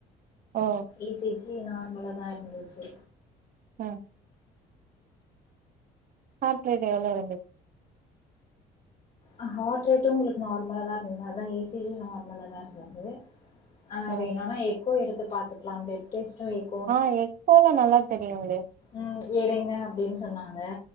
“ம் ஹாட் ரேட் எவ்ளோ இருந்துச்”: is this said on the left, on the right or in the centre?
Right